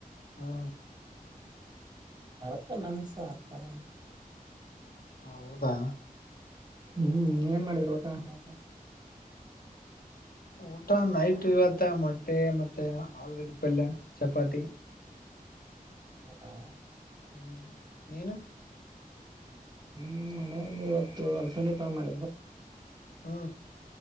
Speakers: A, on the left (about 75°); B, on the right (about 30°).
A: ಹಾ
B: ಮರತ್ತ ಮನಸ್ಸ ಆತರ
A: ಹೌದಾ
B: ಹ್ಮ ಏನ್ ಮಾಡಿದ್ರ ಊಟ ನೈಟ್.
A: ಊಟ ನೈಟ್ ಇವತ್ತ ಮೊಟ್ಟೆ ಮತ್ತ ಆಲುಗಡ್ಡಿ ಪಲ್ಲ ಚಪಾತಿ.
B: ಹೌದಾ.
A: ಹ್ಮ ನೀನು
B: ಹ್ಮ ಮನೇೆಯಲ್ಲಿ ಇವತ್ತು ಅಲ್ಸನ ಕಳ ಮಾಡಿದ್ರು.
A: ಹ್ಮ